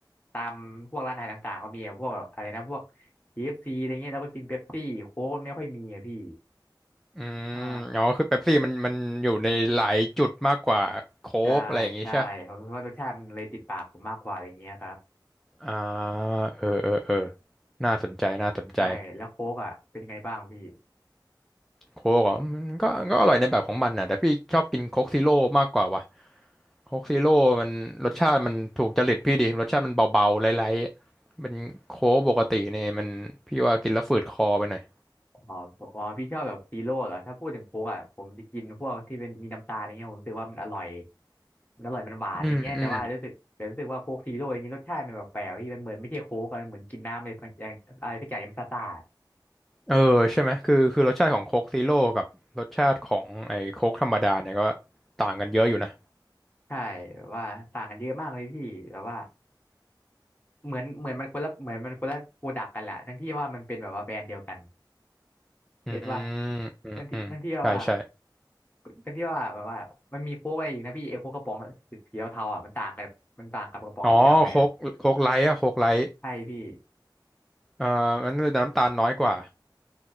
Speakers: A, on the left (about 20°); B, in the centre.
A: ตามพวกร้านอาหารต่างๆก็มีอะพวกแบบอะไรนะพวก KFC อฟซีอะไรเงี้ยแล้วก็กินเป๊ปซี่โค้กไม่ค่อยมีอะพี่
B: อืมอ๋อคือเป๊ปซี่มันมันอยู่ในหลายจุดมากกว่าโค้กอะไรอย่างนี้ใช่ปะ
A: ใช่ใช่ใช่ผมคิดว่ารสชาติมันเลยติดปากผมมากกว่าอะไรเงี้ยครับ
B: อ่าเออเออเออน่าสนใจน่าสนใจ
A: ใช่แล้วโค้กอ่ะเป็นไงบ้างพี่
B: โค้กอ่ะมันก็ก็อร่อยในแบบของมันน่ะแต่พี่ชอบกินโค้กซีโร่มากกว่าว่ะโค้กซีโร่มันรสชาติมันถูกจริตพี่ดี รสชาติมันเบาๆไร้ๆเป็นโค้กปกติเนี่ยมันพี่ว่ากินแล้วฝืดคอไปหน่อย
A: อ๋ออ๋อพี่ชอบแบบซีโร่เหรอถ้าพูดถึงโค้กอ่ะผมจะกินพวกที่เป็นมีน้ำตาลอะไรเงี้ยผมรู้สึกว่ามันอร่อยมันอร่อยมันหวานอะไรเงี้ยแต่ว่ารู้สึกแต่รู้สึกว่าโค้กซีโร่อย่างนี้รสชาติมันแปลกๆพี่มันเหมือนไม่ใช่โค้กอะมันเหมือนกินน้ำอะไรสักอย่างอะไรสักอย่างยำซ่าซ่า
B: อืมอืมเออใช่ไหมคือคือรสชาติของโค้กซีโร่กับรสชาติของไอ้โค้กธรรมดาเนี่ยก็ต่างกันเยอะอยู่นะ
A: ใช่แบบว่าต่างกันเยอะมากเลยพี่แบบว่าเหมือนเหมือนมันคนละเหมือนมันคนละโปรดักกันแหละทั้งที่ว่ามันเป็นแบบว่าแบรนด์เดียวกัน เก็ตป่ะ
B: อืมอืมอืมใช่ใช่
A: เรื่องที่เรื่องที่ว่าเป็นที่ว่าแบบว่ามันมีโค้กอะไรอีกนะพี่เอโค้กกระป๋องสีเทาๆอ่ะมันต่างกับมันต่างกับกระป๋องสีดำไงอ่ะ
B: อ๋อโค้กโค้กไลท์อะโค้กไลท์
A: ใช่พี่
B: เอ่อมันจะน้ำตาลน้อยกว่า